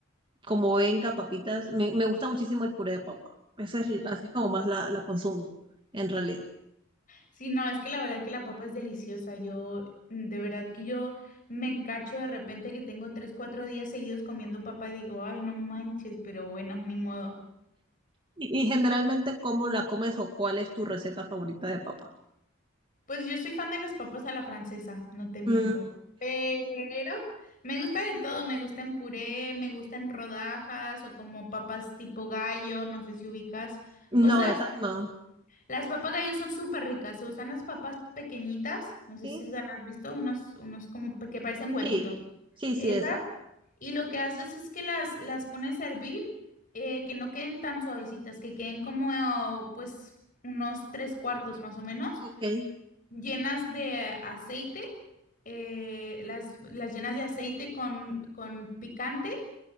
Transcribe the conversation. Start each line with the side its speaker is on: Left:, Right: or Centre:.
Right: como venga, papitas, me, me gusta muchísimo el puré de papa. Esa es,
Left: Ujú.
Right: así es como más la, la consumo, en realidad.
Left: Sí, no, es que la verdad que la papa es deliciosa. Yo, mm, de verdad que yo me cacho de repente que tengo tres, cuatro días seguidos comiendo papa y digo, ay, no manches, pero bueno, ni modo.
Right: Y, y generalmente, ¿cómo la comes o cuál es tu receta favorita de papa?
Left: Pues yo soy fan de las papas a la francesa, no te miento.
Right: Mm,
Left: Pero me gusta de todo, me gusta en puré, me gusta en rodajas o como papas tipo gallo, no sé si ubicas,
Right: no,
Left: cosas.
Right: esas no.
Left: así. Las papas gallo son súper ricas, se usan las papas pequeñitas, no sé
Right: Sí,
Left: si las has visto, unos, unos como pe- que parecen huevitos.
Right: sí, sí,
Left: Esas.
Right: sí, esas.
Left: Y lo que haces es que las, las pones a hervir, eh, que no queden tan suavecitas, que queden como eh, pues unos tres cuartos más o menos
Right: Ok,
Left: llenas de aceite, eh, las, las llenas de aceite con, con picante